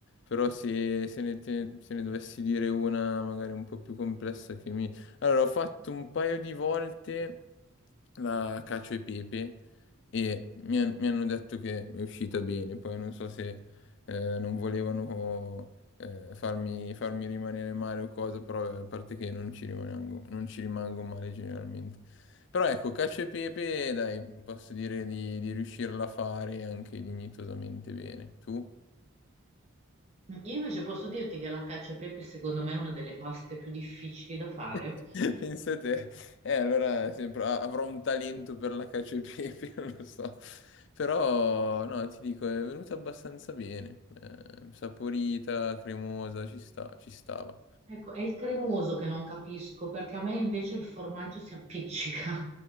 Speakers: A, on the left (about 55°); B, on the right (about 30°).
A: Però se, se ne, te- se ne dovessi dire una magari un po' più complessa che mi... Allora, ho fatto un paio di volte la cacio e pepe e mi, han- mi hanno detto che è uscita bene. Poi non so se eh, non volevano eh, farmi, farmi rimanere male o cose, però eh, a parte che non ci rimango, non ci rimango male generalmente. Però ecco, cacio e pepe, dai, posso dire di, di riuscirla a fare anche dignitosamente bene. Tu?
B: Mm, Io invece posso dirti che la cacio e pepe, secondo me, è una delle paste più difficili da fare.
A: <laughs> Pensa te, eh, allora sempre- a- avrò un talento per la cacio e pepe, <laughs> non lo so. Però, no, ti dico, è venuta abbastanza bene. eh, saporita, cremosa, ci sta, ci stava.
B: Ecco, è il cremoso che non capisco, perché a me invece il formaggio si appiccica.